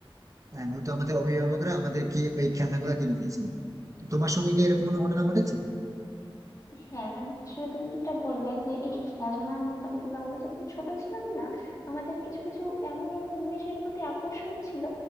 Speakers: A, on the right (about 35°); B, on the left (about 35°).
A: হ্যাঁ, হয়তো আমাদের অভিভাবকরা আমাদেরকে ওই খেলনাগুলা কিনে দিয়েছিল তো তোমার সঙ্গে কি এরকম কোনো ঘটনা ঘটেছে
B: হ্যাঁ মানে আসলে তুমি যেটা বললে যে এই খেলনা ব্যাপারগুলো আমরা যখন ছোট ছিলাম না আমাদের কিছু কিছু এমন এমন জিনিসের প্রতি আকর্ষণ ছিল